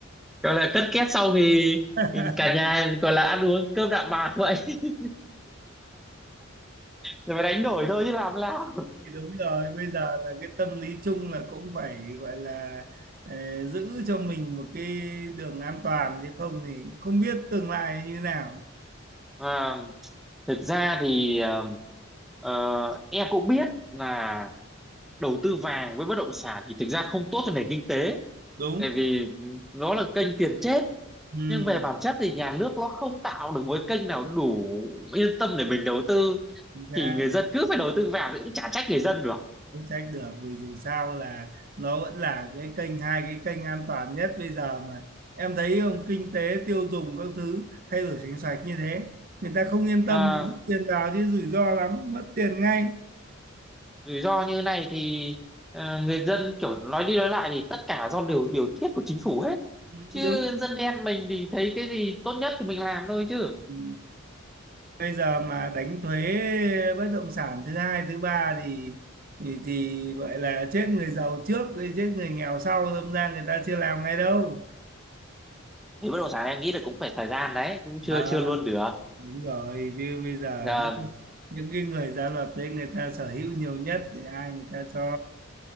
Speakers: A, in the centre; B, on the right (about 45°).
A: gọi là cất két xong thì
B: <laughs>
A: cả nhà gọi là ăn uống cơm đạm bạc vậy <laughs> rồi phải đánh đổi thôi chứ làm sao
B: thì đúng rồi bây giờ là cái tâm lý chung là cũng phải gọi là ờ, giữ cho mình một cái đường an toàn chứ không thì không biết tương lai như nào
A: à, <laughs> thực ra thì ờ, ờ, em cũng biết là đầu tư vàng với bất động sản thì thực ra không tốt cho nền kinh tế
B: đúng
A: tại vì nó là kênh tiền chết
B: ừ,
A: nhưng về bản chất thì nhà nước nó không tạo được một cái kênh nào đủ yên tâm để mình đầu tư
B: chính xác
A: thì người dân cứ phải đầu tư vào thì cũng chả trách người dân được
B: không trách được vì dù sao là nó vẫn là cái kênh hai cái kênh an toàn nhất bây giờ mà em thấy không kinh tế tiêu dùng các thứ thay đổi chính sách như thế người ta không yên tâm
A: à,
B: rút tiền vào chứ rủi ro lắm mất tiền ngay
A: rủi ro như này thì à, người dân kiểu nói đi nói lại thì tất cả do điều điều tiết của chính phủ hết
B: Ừ,
A: chứ
B: đúng
A: dân đen mình thì thấy cái gì tốt nhất thì mình làm thôi chứ
B: Ừ. bây giờ mà đánh thuế bất động sản thứ hai thứ ba thì thì, thì gọi là chết người giàu trước rồi chết người nghèo sau đâm ra người ta chưa làm ngay đâu
A: thì bất động sản em nghĩ là cũng phải thời gian đấy cũng chưa
B: à,
A: chưa luôn được
B: đúng rồi chứ bây giờ
A: Dạ,
B: những, những cái người ra luật đấy người ta sở hữu nhiều nhất thì ai người ta cho